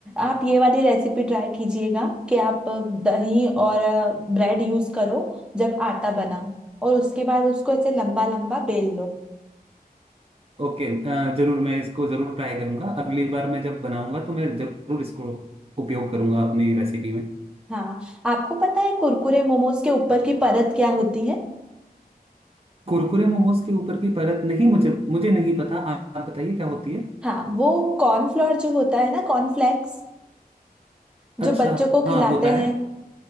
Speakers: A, in the centre; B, on the right.
A: आप ये वाली रेसिपी ट्राई कीजिएगा कि आप दही और ब्रेड यूज करो जब आटा बनाओ और उसके बाद उसको ऐसे लंबा लंबा बेल लो
B: ओके अ, जरूर मैं इसको जरूर ट्राई करूंगा अगली बार मैं जब बनाऊंगा तो मैं जरूर इसको उपयोग करूंगा अपनी रेसिपी में
A: हाँ आपको पता है कुरकुरे मोमोज के ऊपर की परत क्या होती है
B: कुरकुरे मोमोज के ऊपर की परत नहीं मुझे मुझे नहीं पता आ- आप बताइए क्या होती है
A: हाँ वो कॉर्नफ्लोर जो होता है ना कॉर्नफ्लेक्स जो
B: अच्छा
A: बच्चों को
B: हाँ
A: खिलाते
B: होता है
A: हैं